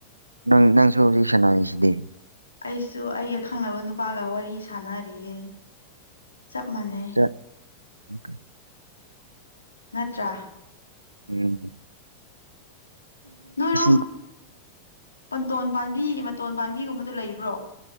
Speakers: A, on the right; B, on the left.
A: ꯅꯪ ꯅꯪꯁꯨ ꯍꯧꯖꯤꯛ ꯁꯅꯥꯁꯤꯗꯤ
B: ꯑꯩꯁꯨ ꯑꯩꯒ ꯈꯪꯅꯕ ꯅꯨꯄꯥꯒ ꯋꯥꯔꯤ ꯁꯥꯟꯅꯔꯤꯌꯦ ꯆꯞ ꯃꯥꯟꯅꯩ
A: ꯆ ꯎꯝ
B: ꯅꯠꯇ꯭ꯔ
A: ꯎꯝ
B: ꯅꯣꯏꯔꯣꯝ
A: ꯎ
B: ꯄꯟꯇꯣꯟ ꯄꯥꯝꯕꯤ ꯃꯇꯣꯟ ꯄꯥꯝꯕꯤꯒꯨꯝꯕꯗꯣ ꯂꯩꯕ꯭ꯔꯣ